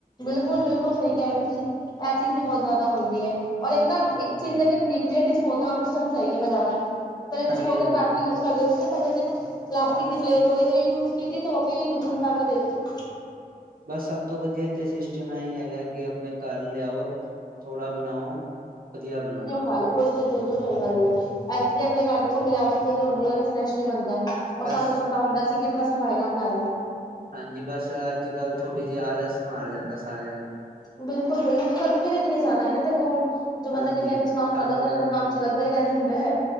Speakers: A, on the left; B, on the right.
A: ਬਿਲਕੁਲ- ਬਿਲਕੁਲ ਸਹੀ ਕਹਿ ਰਹੇ ਹੋ ਤੁਸੀਂ, ਇਹ ਚੀਜ਼ ਹੀ ਬਹੁਤ ਜ਼ਿਆਦਾ ਹੁੰਦੀ ਹੈ ਔਰ ਇੱਕ ਨਾ
B: ਹਾਂਜੀ
A: ਇੱਕ ਚੀਜ਼ ਲੇਕਨ ਠੀਕ ਵੀ ਹੈ ਡਿਸਪੋਜਲ ਸਿਸਟਮ ਸਹੀ ਹੈ ਪਰ ਜ਼ਿਆਦਾ ਐ ਪਹਿਲੇ
B: ਹਾਂਜੀ
A: ਡਿਸਪੋਜ਼ਲ
B: ਹਾਂਜੀ
A: ਘੱਟ ਯੂਜ ਕਰਦੇ ਸੀ ਨਾ ਪਹਿਲਾਂ ਤੇ ਪਲਾਸਟਿਕ ਦੀ ਪਲੇਟ ਉਹੀ ਉਹੀ ਯੂਜ ਕੀਤੀ ਧੋ ਕੇ ਉਹੀ ਦੂਸਰੇ ਨੂੰ ਪਾ ਕੇ ਦੇ ਤੀ
B: ਬਸ ਸਭ ਤੋਂ ਵਧੀਆ ਤੇ ਸਿਸਟਮ ਐ ਹੀ ਹੈਗਾ ਕਿ ਆਪਣੇ ਘਰ ਲਿਆਓ। ਥੋੜ੍ਹਾ ਬਣਾਓ, ਵਧੀਆ ਬਣਾਓ।
A: ਹੱਲ ਬਿਲਕੁਲ ਬਿਲਕੁਲ ਸਹੀ ਗੱਲ ਹੈ, ਐਚਲੀ ਆਪਣੇ ਘਰ ਦੇਖੋ ਮਿਲਾਵਟ ਵੀ ਨੀ ਹੁੰਦੀ ਨਵੇਂ ਫਰੈਸ਼ ਬਣਦਾ। ਉਹ
B: ਬਸ
A: ਸਾਨੂੰ ਪਤਾ ਹੁੰਦਾ ਸੀ ਅਸੀਂ ਕਿਤਨਾ ਸਫ਼ਾਈ ਨਾਲ ਬਣਾਇਆ।
B: ਹਾਂਜੀ ਬਸ ਅੱਜ ਕੱਲ੍ਹ ਥੋੜ੍ਹੀ ਜਿਹੀ ਆਲਸ ਮਾਰ ਜਾਂਦਾ ਸਾਰਿਆਂ ਨੂੰ
A: ਬਿਲਕੁਲ -ਬਿਲੁਕੁਲ ਗਰਮੀ ਵੀ ਤਾਂ ਇਤਨੀ ਜ਼ਿਆਦਾ ਹੈ ਨਾ ਦੇਖੋ, ਹੁਣ ਜੋ
B: ਹਾਂਜੀ
A: ਬੰਦਾ ਕਿਚਨ 'ਚ' ਕੰਮ ਕਰਦਾ
B: ਕਰਨ
A: ਕੰਮ
B: ਦਾ
A: ਚ ਲੱਗਦਾ ਕਈ ਰਹਿ ਜਾਂਦੈਂ।